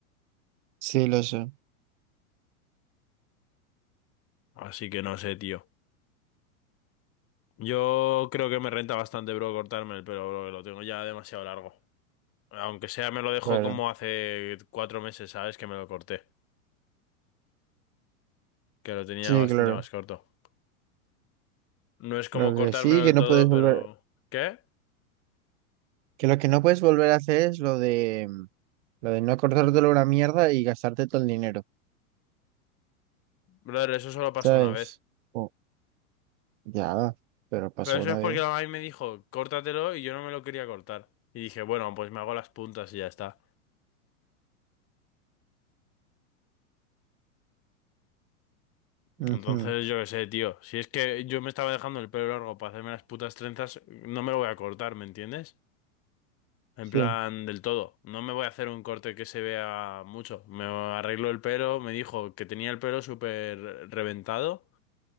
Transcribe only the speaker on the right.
Sí, lo sé.
Claro.
Sí,
claro.
Lo
que sí, que
no
puedes volver,
que lo que no puedes volver a hacer es lo de, lo de no acordártelo una mierda y gastarte todo el dinero.
¿Sabes?
Oh, ya. Pero pasó
una
vez.
Ujú.
Sí,